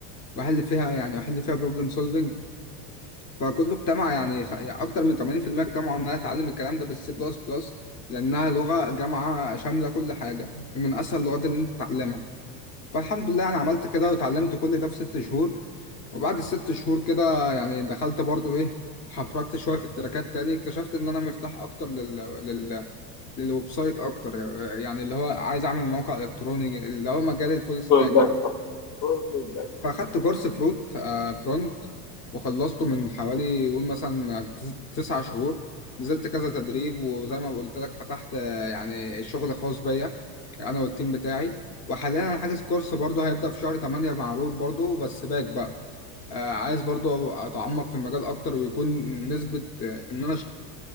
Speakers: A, on the left; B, on the left.
A: واحل فيها يعني واحل فيها بروبلم سولفنج فكله اجتمع يعني, خ... يعني اكتر من 80% اجتمعوا ان انا اتعلم الكلام ده بالسي بلس بلس لانها لغه جامعه شامله كل حاجه ومن اسهل اللغات اللي انت تتعلمها فالحمد لله انا عملت كده وتعلمت كل ده في ست شهور وبعد الست شهور كده يعني دخلت برضو ايه حفركت شويه في التراكات تاني اكتشفت ان انا مرتاح اكتر لل... لل... للويب سايت اكتر يعني اللي هو عايز اعمل موقع الكتروني اللي هو مجال الفول ستاك
B: والباك
A: يعني
B: فرونت والباك
A: فاخدت كورس فروت آه فرونت وخلصته من حوالي قول مثلا تس- تسع شهور نزلت كذا تدريب وزي ما قلت لك فتحت آه، يعني شغل خاص بيا انا والتيم بتاعي وحاليا انا حاجز كورس برضه هيبدأ في شهر 8 مع روت برضه بس باك بقى آه، عايز برضو اتعمق في المجال اكتر ويكون نسبة آه، ان انا ش-